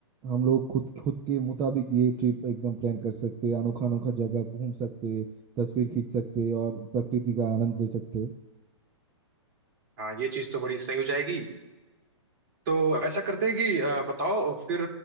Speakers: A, on the right; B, on the right.
A: हम लोग खुद खुद के मुताबिक ये ट्रिप एकदम प्लान कर सकते हैं अनोखा अनोखा जगह घूम सकते हैं, तस्वीर खींच सकते हैं और प्रकृति का आनंद ले सकते हैं।
B: हाँ ये चीज तो बड़ी सही हो जाएगी तो ऐसा करते हैं कि अ, बताओ फिर